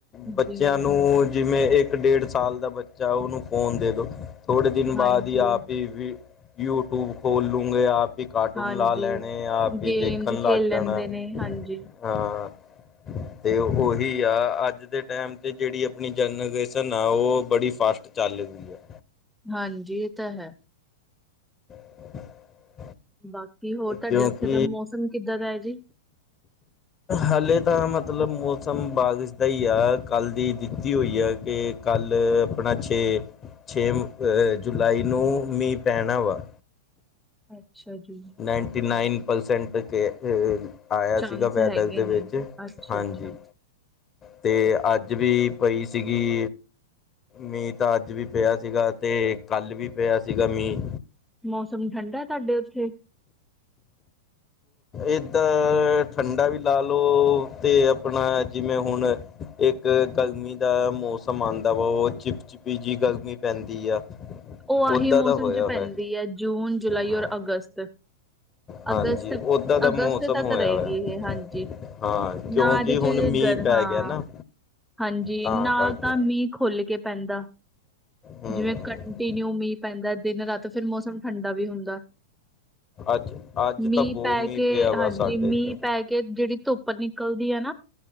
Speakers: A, in the centre; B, on the left (about 30°).
A: ਜਿਵੇਂ
B: ਬੱਚਿਆਂ ਨੂੰ
A: ਹਾਂਜੀ,
B: ਜਿਵੇਂ ਇੱਕ ਡੇਢ ਸਾਲ ਦਾ ਬੱਚਾ ਉਹਨੂੰ ਫੋਨ ਦੇ ਦਉ ਥੋੜੇ ਦਿਨ ਬਾਅਦ
A: ਹਾਂਜੀ,
B: ਹੀ ਆਪ ਹੀ ਵੀ ਯੂਟੀਊਬ ਖੋਲ ਲੂੰਗੇ ਆਪ ਵੀ ਕਾਰਟੂਨ
A: ਹਾਂਜੀ
B: ਲਾ ਲੈਣੇ ਆ ਫ
A: ਗੇਮਸ
B: ਦੇਖਣ ਲੱਗ
A: ਖੇਲ ਲੈਂਦੇ
B: ਜਾਣਾ
A: ਨੇ ਹਾਂਜੀ,
B: ਹਾਂ ਤੇ ਉਹੀ ਆ ਅੱਜ ਦੇ ਟਾਈਮ ਤੇ ਜਿਹੜੀ ਆਪਣੀ ਜਨ ਨਾ ਉਹ ਬੜੀ ਫਾਸਟ ਚਾਲ ਦੀ ਹੈ
A: ਹਾਂਜੀ ਇਹ ਤਾਂ ਹੈ
B: <inaudible>
A: ਬਾਕੀ ਹੋਰ ਤੁਹਾਡੇ
B: ਕਿਉਂਕਿ
A: ਉੱਥੇ ਦਾ ਮੌਸਮ ਕਿੱਦਾਂ ਦਾ ਹੈ ਜੀ
B: ਹਾਲੇ ਤਾਂ ਮਤਲਬ ਮੌਸਮ ਬਾਰਿਸ਼ ਦਾ ਹੀ ਆ ਕੱਲ ਦੀ ਦਿੱਤੀ ਹੋਈ ਆ ਕਿ ਕੱਲ੍ਹ ਆਪਣਾ ਛੇ ਛੇ ਜੁਲਾਈ ਨੂੰ ਮੀਂਹ ਪੈਣਾ ਵਾ
A: ਅੱਛਾ ਜੀ
B: ਨਾਈਨਟੀ ਨਾਈਨ ਪਰਸੈਂਟ ਕੇ ਆਇਆ
A: ਚਾਂਸ
B: ਸੀਗਾ ਵੈਦਰ
A: ਹੈਗੇ
B: ਦੇ
A: ਨੇ
B: ਵਿੱਚ
A: ਅੱਛਾ-ਅੱਛਾ
B: ਹਾਂਜੀ। ਤੇ ਅੱਜ ਵੀ ਪਈ ਸੀਗੀ। ਮੀਂਹ ਤਾਂ ਅੱਜ ਵੀ ਪਿਆ ਸੀਗਾ ਤੇ ਕੱਲ੍ਹ ਵੀ ਪਿਆ ਸੀਗਾ ਮੀਂਹ
A: ਮੌਸਮ ਠੰਡਾ ਤੁਹਾਡੇ ਉੱਥੇ।
B: ਏਦਰ ਠੰਡਾ ਵੀ ਲਾ ਲਓ ਤੇ ਆਪਣਾ ਜਿਵੇਂ ਹੁਣ ਇੱਕ ਇੱਕ ਗਰਮੀ ਦਾ ਮੌਸਮ ਆਂਦਾ ਵਾ ਓ ਚਿਪਚਿਪੀ ਜੀ ਗਰਮੀ ਪੈਂਦੀ ਆ।
A: ਓ ਆਹੀ
B: ਓਦਾਂ
A: ਮੌਸਮ
B: ਦਾ ਹੋਇਆ
A: ਚ
B: ਹੋਇਆ
A: ਪੈਂਦੀ ਐ ਜੂਨ, ਜੁਲਾਈ,
B: ਹਾਂ
A: ਔਰ ਅਗਸਤ।
B: ਹਾਂਜੀ
A: ਅਗਸਤ।
B: ਓਦਾਂ ਦਾ
A: ਅਗਸਤ
B: ਮੌਸਮ
A: ਤੱਕ
B: ਹੋਇਆ
A: ਰਹੇਗੀ
B: ਹੋਇਆ
A: ਇਹ ਹਾਂਜੀ
B: ਹਾਂ ਕਿਉਂਕਿ
A: ਨਾ ਇਹਦੇ ਚ
B: ਹੁਣ ਮੀਂਹ
A: ਗਰ
B: ਪੈ
A: ਹਾਂ।
B: ਗਿਆ ਨਾ
A: ਹਾਂਜੀ,
B: ਤਾਂ
A: ਨਾ
B: ਕਰਕੇ
A: ਤਾਂ ਮੀਂਹ ਖੁੱਲ ਕੇ ਪੈਂਦਾ
B: ਹੂੰ
A: ਜਿਵੇਂ ਕੰਟੀਨਿਊ ਮੀਂਹ ਪੈਂਦਾ ਦਿਨ ਰਾਤ ਫਿਰ ਮੌਸਮ ਠੰਡਾ ਵੀ ਹੁੰਦਾ।
B: ਅੱਜ ਅੱਜ
A: ਮੀਂਹ
B: ਤਾਂ ਬਹੁਤ
A: ਪੈ ਕੇ
B: ਪਿਆ ਵਾ
A: ਹਾਂਜੀ
B: ਸਾਡੇ
A: ਮੀਂਹ
B: ਇੱਧਰ
A: ਪੈ ਕੇ ਜਿਹੜੀ ਧੁੱਪ ਧੁੱਪ ਨਿਕਲਦੀ ਆ ਨਾ